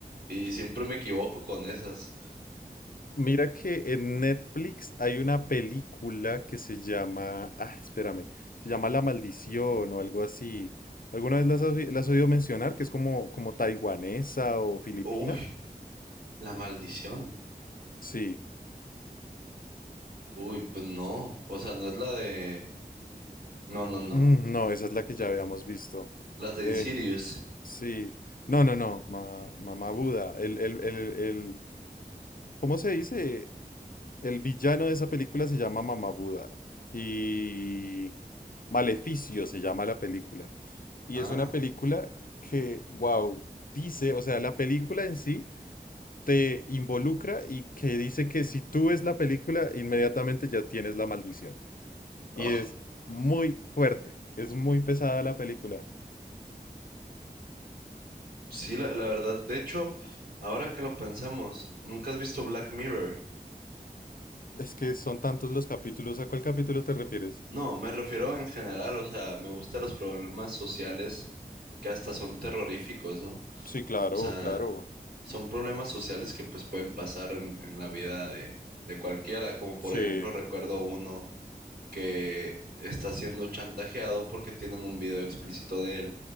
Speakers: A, on the right; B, on the left.
A: Y siempre me equivoco con esas.
B: Mira que en Netflix hay una película que se llama, ah, espérame, se llama La Maldición o algo así. ¿Alguna vez las has, oí- la has oído mencionar? Que es como, como taiwanesa o filipina.
A: Uy, la maldición.
B: Sí.
A: Uy, pues no, o sea, no es la de... No, no, no.
B: Mm, no, esa es la que
A: La-
B: ya habíamos visto.
A: las de
B: Eh,
A: Insidious.
B: sí. No, no, no, ma- Mamá Buda. El, el, el, el, ¿cómo se dice? El villano de esa película se llama Mamá Buda. Y Maleficio se llama la película. Y
A: Ah,
B: es una película que, wow, dice, o sea, la película en sí te involucra y que dice que si tú ves la película, inmediatamente ya tienes la maldición. Y
A: ugh.
B: es muy fuerte, es muy pesada la película.
A: Sí, la, la verdad, de hecho, ahora que lo pensamos, ¿nunca has visto Black Mirror?
B: Es que son tantos los capítulos. ¿A cuál capítulo te refieres?
A: No, me refiero en general, o sea, me gustan los problemas sociales que hasta son terroríficos, ¿no?
B: Sí, claro,
A: O sea,
B: claro.
A: son problemas sociales que pues pueden pasar en, en la vida de, de cualquiera, como por
B: Sí,
A: ejemplo recuerdo uno que está siendo chantajeado porque tienen un video explícito de él